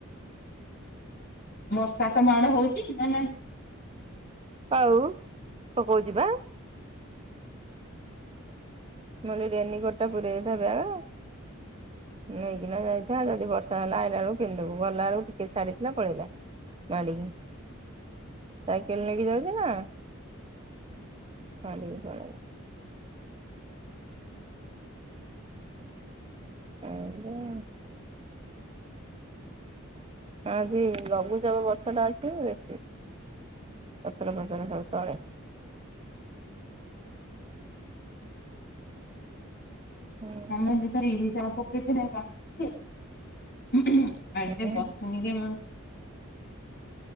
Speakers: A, on the left; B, on the right.
A: ବର୍ଷା ତମ ଆଡେ ହୋଉଚି ନା ନାହିଁ?
B: ଆଉ ପକୋଉଚି ପା। ନହେଲେ ରେନିକୋଟ ଟା ପୁରେଇ ହେଇଥା ବ୍ୟାଗ୍ ରେ ନେଇକିନା ଯାଇଥା ଯଦି ବର୍ଷା ହେଲା ଆଇଲା ବେଳକୁ ପିନ୍ଧିବୁ ଗଲା ବେଳକୁ ଟିକେ ଛାଡ଼ିଥିଲା ପଳେଇଲା। ମାଡିକି ସାଇକେଲ ନେଇକି ଯାଉଚୁ ନା ମାଡ଼ିକି ପଳେଇଲା। ଏନ୍ତି ଆଉ। ଆଜି ଲଘୁଚାପ ବର୍ଷାଟା ଅଛି ବେଶୀ ପଚରା ଫଚରା ହଉ ତଳେ। ହୁଁ
A: <unintelligible> <inaudible>
B: ହୁଁ